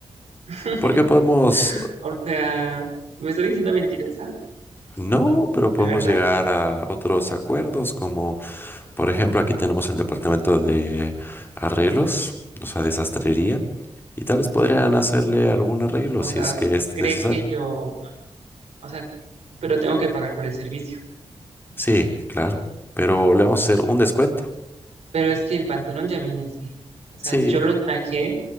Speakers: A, on the right; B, on the left.
A: <laughs>
B: Porque podemos,
A: O sea, ¿me está diciendo mentirosa?
B: no, pero podemos
A: ¿De verdad?
B: llegar a otros acuerdos como Por ejemplo, aquí tenemos el departamento de arreglos, o sea, de sastrería, y tal vez podrían hacerle algún arreglo
A: O
B: si
A: sea,
B: es que es
A: cree
B: necesario.
A: que yo, o sea, pero tengo que pagar por el servicio.
B: Sí, claro, pero le vamos a hacer un descuento.
A: Pero es que el pantalón ya venía así. O sea,
B: Sí,
A: yo lo traje,